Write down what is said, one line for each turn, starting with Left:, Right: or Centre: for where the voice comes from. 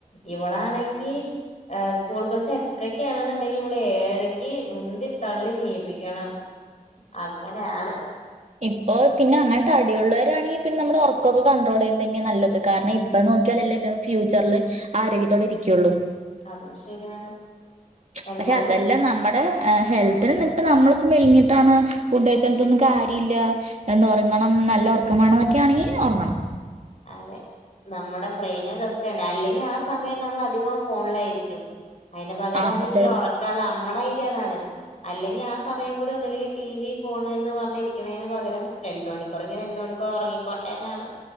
Left: ഇവളാണെങ്കി സ്കൂൾ ബസ്സ് എട്ടരക്ക് ആണെന്നുണ്ടെങ്കി ഇവള് ഏഴരക്ക് ഉന്തി തള്ളി നീപ്പിക്കണം അങ്ങനെ ആണ്
Right: ഇപ്പൊ പിന്നെ അങ്ങനെ തടിയുള്ളവരാണെങ്കിൽ പിന്നെ നമ്മള് ഉറക്കൊക്കെ കണ്ട്രോൾ ചെയ്യുന്നതന്നെയാ നല്ലത് കാരണം
Left: ഉം
Right: ഇപ്പ നോക്കിയാലല്ലേ ഫ്യൂച്ചറിൽ ആരോഗ്യത്തോടെ ഇരിക്കുള്ളൂ
Left: അതും ശരിയാണ് എന്തായാലും
Right: പക്ഷെ അതെല്ലാം നമ്മുടെ ഹെൽത്തിനിൽപ്പ് നമ്മള് മെലിഞ്ഞി ട്ടാണ് ഫുഡഴ്ചിട്ടൊന്നും കാര്യല്ല എന്ത്‌ ഒറങ്ങണം നല്ല ഒറക്കമാണ് എന്നൊക്കെയാണെങ്കി ഒറങ്ങണം
Left: അതെ നമ്മുടെ ബ്രെയിന് റെസ്റ്റ് വേണേ അല്ലെങ്കിൽ ആ സമയം നമ്മൾ അധികം ഫോണിലായിരിക്കും അതിന് പകരാണെങ്കി
Right: ആഹ് അതെ
Left: ഓറക്കാണ് നമ്മടെ ഐഡിയ അതാണ് അല്ലെങ്കി ആ സമയം കൂടി ഒന്നുല്ലെങ്കി ടി വി ഫോണ് ന്ന് പറഞ്ഞിരിക്ക്ണേന് പകരം രണ്ട് മണിക്കുറേങ്കി രണ്ട് മണി <unintelligible> ഒറങ്ങിക്കോട്ടേന്നാണ്